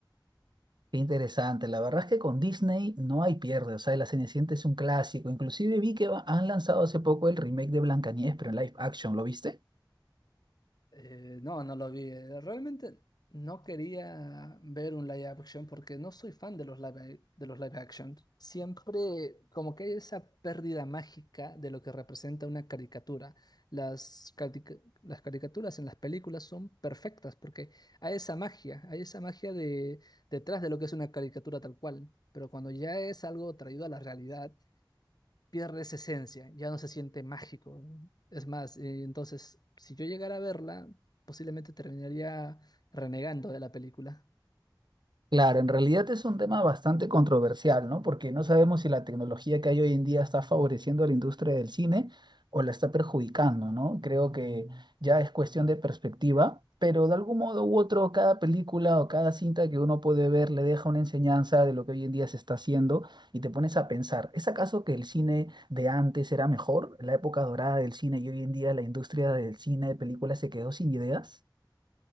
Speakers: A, on the right; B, on the left.
A: Qué interesante, la verdad es que con Disney no hay pierde, o sea, La Cenicienta es un clásico, inclusive vi que va- han lanzado hace poco el remake de Blancanieves, pero en live action, ¿lo viste?
B: Eh, no, no lo vi. Eh, Realmente no quería ver un live action porque no soy fan de los live, de los live action. Siempre como que hay esa pérdida mágica de lo que representa una caricatura. Las, carica- las caricaturas en las películas son perfectas porque hay esa magia, hay esa magia de, detrás de lo que es una caricatura tal cual. Pero cuando ya es algo traído a la realidad, pierde esa esencia, ya no se siente mágico. ¿no? Es más, eh, entonces, si yo llegara a verla, posiblemente terminaría renegando de la película.
A: Claro, en realidad es un tema bastante controversial, ¿no? Porque no sabemos si la tecnología que hay hoy en día está favoreciendo a la industria del cine o la está perjudicando, ¿no? Creo que ya es cuestión de perspectiva, pero de algún modo u otro, cada película o cada cinta que uno puede ver le deja una enseñanza de lo que hoy en día se está haciendo y te pones a pensar, ¿es acaso que el cine de antes era mejor, la época dorada del cine y hoy en día la industria del cine de películas se quedó sin ideas?